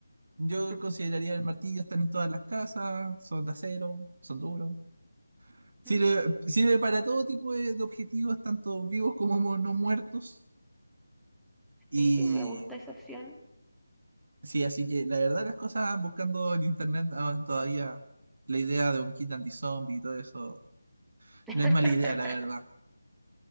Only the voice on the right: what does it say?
yo
consideraría el martillo, están en todas las casas, son de acero, son duros. Sirve,
sirve para todo tipo de, de objetivos, tanto vivos como mu- no muertos. Y
Sí, así que la verdad las cosas buscando en internet ah, todavía la idea de un kit anti-zombie y todo eso
no es mala idea, la verdad.